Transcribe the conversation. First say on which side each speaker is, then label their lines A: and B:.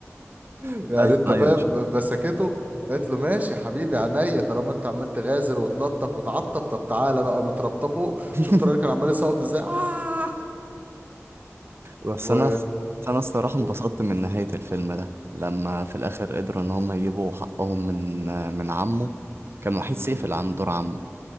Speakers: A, on the right; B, on the right.
A: <laughs>
B: <laughs>
A: يعني
B: ايوه
A: انت
B: ايوه
A: فاهم ب- بسكته قالت له ماشي يا حبيبي عينيا طالما انت عمال تغازل وتلطف وتعطف طب تعالى بقى متربطه فوق
B: <laughs>
A: شفت الراجل كان عمال يصوت ازاي آه!
B: بس
A: <laughs> و...
B: انا بس انا الصراحة
A: و...
B: انبسطت من نهاية الفيلم ده لما في الاخر قدروا ان هم يجيبوا حقهم من من عمه كان وحيد
A: مم.
B: سيف اللي عامل دور عمه